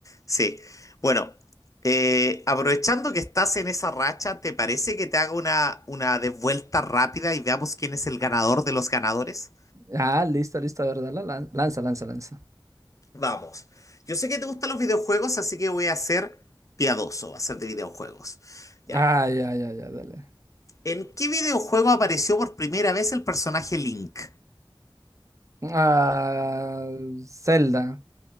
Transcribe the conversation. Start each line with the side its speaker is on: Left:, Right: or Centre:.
Left: sí. Bueno, eh, aprovechando que estás en esa racha, ¿te parece que te haga una, una devuelta rápida y veamos quién es el ganador de los ganadores?
Right: Ah, listo, listo, a ver, dale, lan- lanza, lanza, lanza.
Left: Vamos, yo sé que te gustan los videojuegos, así que voy a ser piadoso, va a ser de videojuegos. Ya,
Right: Ah, ya, ya, ya, dale.
Left: ¿en qué videojuego apareció por primera vez el personaje Link?
Right: Ah, Zelda,